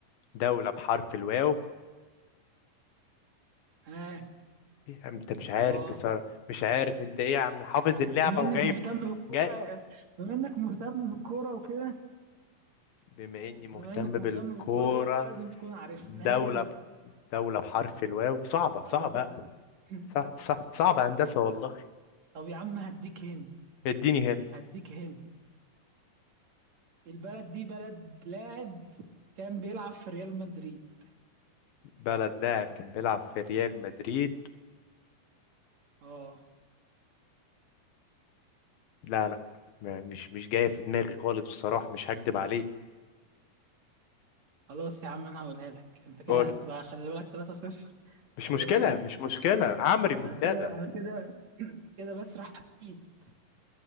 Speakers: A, on the left (about 80°); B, on the right (about 50°).
A: دوله بحرف الواو
B: ها
A: إيه يا عم انت مش عارف
B: اه
A: بصراحه مش عارف انت ايه يا عم حافظ اللعبه
B: بما
A: وجايب
B: انك مهتم بالكورة
A: جاي
B: بما انك مهتم بالكورة وكده
A: بما اني
B: بما
A: مهتم
B: انك
A: بالكوره
B: مهتم بالكورة كده لازم تكون عارف
A: دوله
B: ان هي
A: ب... دوله بحرف الواو صعبه صعبه
B: على وسائل- <laughs>
A: صح صح صعبه هندسه والله
B: طب يا عم هديك هنا
A: اديني هنت
B: هديك هنا البلد دي بلد لاعب كان بيلعب في ريال مدريد
A: بلد لاعب كان بيلعب في ريال مدريد
B: اه
A: لا لا ما- مش مش جاية في دماغي خالص بصراحة مش هكدب عليك
B: خلاص يا عم انا هقولها لك انت كده
A: قول
B: هتبقى خلي بالك 3 0
A: مش مشكلة
B: كده
A: مش مشكلة هعمل ريمونتادا
B: انا كده انا كده <clears throat> كده بسرح بيد